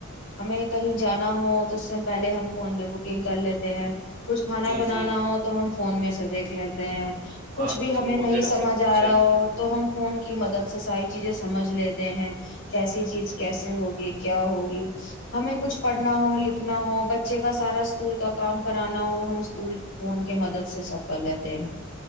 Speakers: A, on the left; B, on the right.
A: ہمیں کہیں جانا ہو تو اس سے پہلے ہم فون میں بکنگ کر لیتے ہیں۔۔ کچھ کھانا
B: جی
A: بنانا
B: جی
A: ہو تو ہم۔۔ فون میں سے دیکھ لیتے ہیں۔۔ کچھ
B: آنکھ
A: بھی ہمیں
B: وغیرہ
A: نہیں سمجھ
B: سب کچھ
A: ا رہا
B: ہے
A: ہو تو ہم فون کی مدد سے ساری چیزیں۔۔ سمجھ لیتے ہیں۔۔ کیسی چیز کیسے ہوگی کیا ہوگی ہمیں کچھ پڑھنا ہو لکھنا ہو بچے کا سارا اسکول کا کام کرانا ہو ہم اسکول فون کے مدد سے سب کر لیتے ہیں۔۔۔